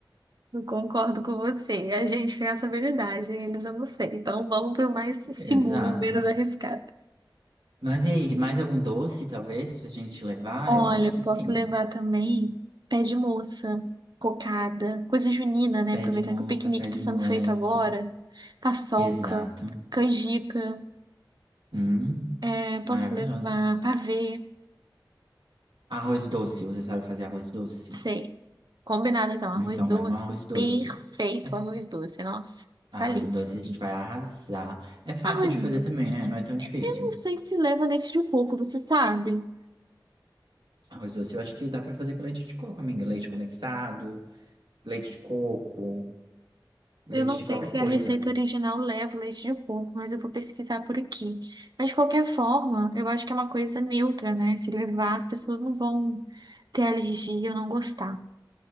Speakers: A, on the right; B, on the right.
A: Eu concordo com você. A gente tem essa habilidade, eles eu não sei. Então vamos pro mais seguro,
B: Exato.
A: menos arriscado.
B: Mas e aí, mais algum doce, talvez, pra gente levar?
A: Olha,
B: Eu acho que
A: eu posso
B: sim.
A: levar também pé de moça, cocada, coisa junina, né?
B: Pé
A: Aproveitar
B: de moça,
A: que o piquenique
B: pé
A: está
B: de
A: sendo
B: moleque.
A: feito agora. Paçoca,
B: Exato.
A: canjica,
B: Hum,
A: é, posso
B: maravilhoso.
A: levar pavê,
B: Arroz doce, você sabe fazer arroz doce?
A: sei. Combinado então, arroz
B: Então
A: doce,
B: leva um arroz doce.
A: perfeito
B: É,
A: arroz doce, nossa, saliva.
B: Arroz doce a gente vai arrasar. É fácil
A: Arroz,
B: de
A: eu
B: fazer também, né? Não é tão difícil.
A: não sei se leva leite de coco, você sabe?
B: Arroz doce eu acho que dá pra fazer com leite de coco, amiga. Leite condensado, leite de coco, leite
A: Eu não
B: de
A: sei
B: qualquer
A: se
B: coisa.
A: a receita original leva leite de coco, mas eu vou pesquisar por aqui. Mas de qualquer forma, eu acho que é uma coisa neutra, né? Se levar, as pessoas não vão ter alergia ou não gostar.